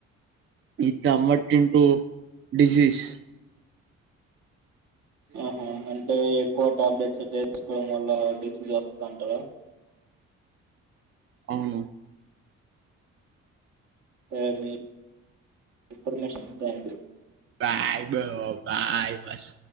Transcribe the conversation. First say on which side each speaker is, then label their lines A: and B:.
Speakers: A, on the right; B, on the right.
A: ఈఎన్టీఆర్ర్టిన్ టూ డిజీస్ <unintelligible>
B: ఆహా అంటే కోట్ అప్డేట్స్ వేసుకోవడం వల్ల డిసీజ్ వస్తంటారా
A: ఔను
B: స మీ information thank you
A: bye bro bye వస